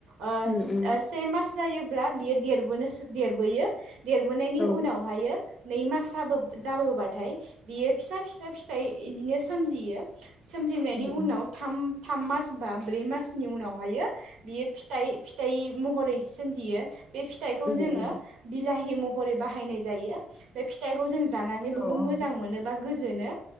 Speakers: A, on the right; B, on the left.
A: ओ
B: उम उम
A: से मास जायोब्ला बियो देरबोयो। देरबोनायनि
B: औ
A: उनावहायो। नै मास जाब जाबोबाथाय बियो फिसा फिसा फिथाइ बिदिनो सोमजियो। सोमजिनायनि
B: उम
A: उनाव
B: उम
A: थाम थाम मास बा ब्रै मासनि उनावहायो बियो फिथाइ महरै सोमजियो बे फिथाइखौ
B: उम
A: जोङो
B: उम
A: बिलाहि महरै बाहायनाय जायो बे फिथाइखौ जों- जानानै
B: औ
A: बहुत
B: औ
A: मोजां मोनो बा गोजोनो